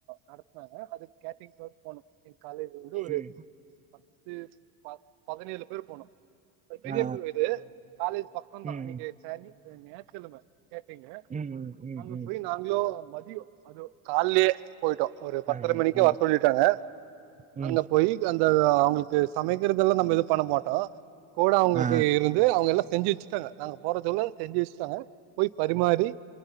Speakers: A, on the right (about 70°); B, on the right (about 20°).
A: நடத்துனாங்க அதுக்கு கேட்டரிங் கிளாஸ் போனும் காலேஜ் வந்து ஒரு
B: ம்
A: பத்து பதினேழு பேர் போணோ பெரிய
B: ஆ
A: பூது காலேஜ் பக்கம்தான்
B: ம்
A: அன்னைக்கு சனி ச ஞாயித்து கெலம கேட்டீங்க
B: ம் ம் ம் ம்
A: அங்க
B: ம்
A: போய் நாங்களோ மதியோ அது கால்லைஏ போயிட்டோம் ஒரு பத்தர
B: ஆ
A: மணிக்கே
B: ஆ
A: வர சொல்லிட்டாங்க
B: ம்
A: அங்க போய் அந்த அவங்களுக்கு சமைக்கிறதெல்லாம் நம்ம இது பண்ண மாட்டோம் ஆ கோட அவங்களுக்கு
B: ஆ
A: இருந்து அவங்க எல்லாம் செஞ்சு வச்சுட்டாங்க நாங்க போறதுள்ள செஞ்சு வச்சட்டாங்க போய் பரிமாறி